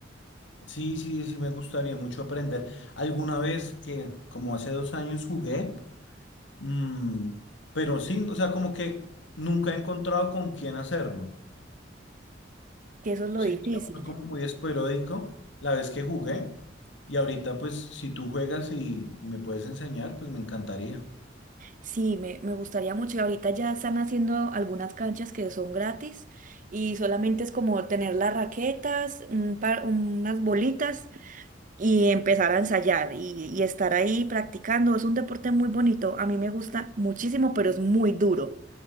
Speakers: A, on the left (about 70°); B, on the right (about 45°).
A: Sí, sí, sí, me gustaría mucho aprender. Alguna vez que, como hace dos años, jugué, mm, pero sí, o sea, como que nunca he encontrado con quién hacerlo.
B: que eso es lo
A: Sí,
B: difícil.
A: fue como muy esporádico la vez que jugué. Y ahorita, pues, si tú juegas y, y me puedes enseñar, pues me encantaría.
B: Sí, me, me gustaría mucho. Y ahorita ya están haciendo algunas canchas que son gratis y solamente es como tener las raquetas, un par- unas bolitas y empezar a ensayar y, y estar ahí practicando. Es un deporte muy bonito, a mí me gusta muchísimo, pero es muy duro.